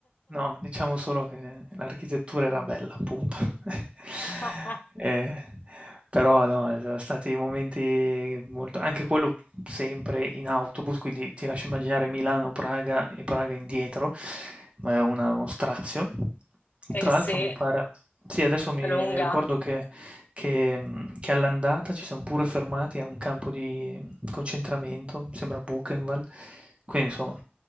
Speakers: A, on the right; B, on the left.
A: No, diciamo solo che l'architettura era bella, punto. <laughs>
B: <laughs>
A: Eh, però no, eh, sono stati momenti molto... anche quello sempre in autobus, quindi ti lascio immaginare Milano-Praga e Praga indietro, ma è una- uno strazio.
B: Eh
A: Tra
B: sì,
A: l'altro mi
B: è
A: pare... Sì, adesso mi,
B: lunga.
A: mi ricordo che, che, mh, che all'andata ci siamo pure fermati a un campo di concentramento, mi sembra Buchenwald. Quindi insomma,